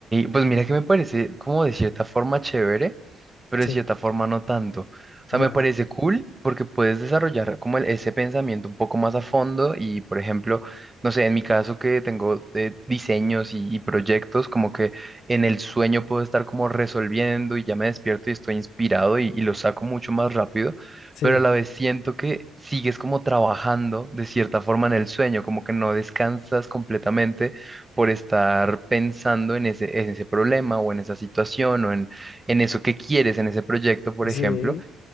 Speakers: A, on the right; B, on the left.
A: pues mira que me parece como de cierta forma chévere, pero
B: Sí,
A: de cierta forma no tanto. O sea,
B: ya,
A: me parece cool porque puedes desarrollar como el- ese pensamiento un poco más a fondo y, por ejemplo, no sé, en mi caso que tengo eh, diseños y, y proyectos, como que en el sueño puedo estar como resolviendo y ya me despierto y estoy inspirado y, y lo saco mucho más rápido,
B: sí,
A: pero a la vez siento que sigues como trabajando de cierta forma en el sueño, como que no descansas completamente por estar pensando en ese, en ese problema o en esa situación o en, en eso que quieres, en ese proyecto, por
B: sí,
A: ejemplo.